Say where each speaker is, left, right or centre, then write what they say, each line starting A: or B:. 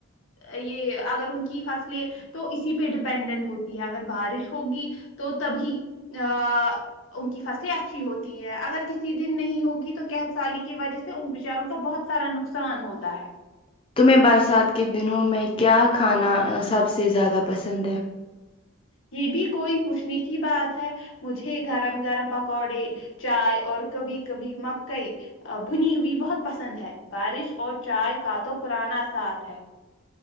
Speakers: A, on the left; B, on the left.
A: یہ اگر ان کی فصلیں تو اسی پہ ڈپ پینڈنٹ ہوتی ہے اگر بارش ہوگی تو تبھی آا ان کی فصلیں اچھی ہوتی ہے اگر کسی دن نہیں ہوگی تو قحط سالی کی وجہ سے ان بچاروں کا بہت سارا نقصان ہوتا ہے
B: تمہیں برسات کے دنوں میں کیا کھانا سب سے زیادہ پسند ہے
A: یہ بھی کوئی پوچھنے کی بات ہے مجھے گرم گرم پکوڑے چائے اور کبھی کبھی مکئی بھنی ہوئی بہت پسند ہے بارش اور چائے کا تو پرانا ساتھ ہے